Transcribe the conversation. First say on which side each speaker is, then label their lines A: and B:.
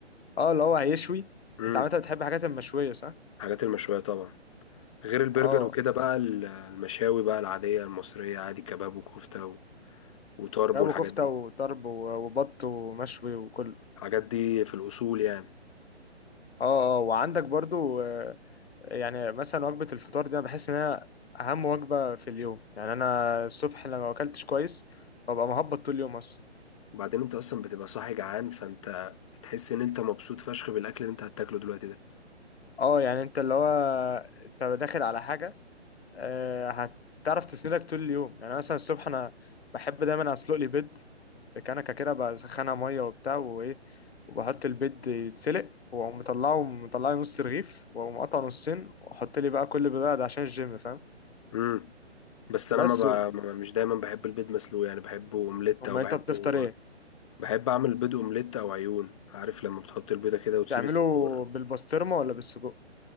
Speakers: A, on the left; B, on the left.
A: اه اللي هو هيشوي
B: امم
A: انت عامه بتحب الحاجات المشويه صح
B: الحاجات المشوية طبعا غير البرجر
A: اه
B: وكده بقى ال- المشاوي بقى العادية المصرية عادي كباب وكفتة و- وطرب
A: كباب
B: والحاجات
A: وكفته
B: دي
A: وطرب و- وبط ومشوي وكله
B: الحاجات دي في الأصول يعني
A: اه اه وعندك برضو آه، يعني مثلا وجبه الفطار دي انا بحس انها اهم وجبه في اليوم يعني انا الصبح لما ما اكلتش كويس ببقى مهبط طول اليوم اصلا
B: وبعدين انت اصلا بتبقى صاحي جعان فانت بتحس ان انت مبسوط فشخ بالاكل اللي انت هتاكله دلوقتي ده
A: اه يعني انت اللي هو انت داخل على حاجه آه، هتعرف تسندك طول اليوم يعني مثلا الصبح انا بحب دايما اسلق لي بيض في كنكه كده بسخنها ميه وبتاع وايه وبحط البيض يتسلق واقوم مطلعه مطلعه نص رغيف واقوم قطعه نصين واحط لي بقى كل بيضه ده عشان الجيم فاهم
B: امم بس انا
A: بس
B: ما ب...
A: و...
B: ما- مش دايما بحب البيض مسلوق يعني بحبه اومليت
A: اما
B: او بحبه
A: انت بتفطر ايه
B: بحب اعمل بيض اومليت او عيون عارف لما بتحط البيضه كده وتسيب
A: تعمله
B: الصفار
A: بالبسطرمه ولا بالسجق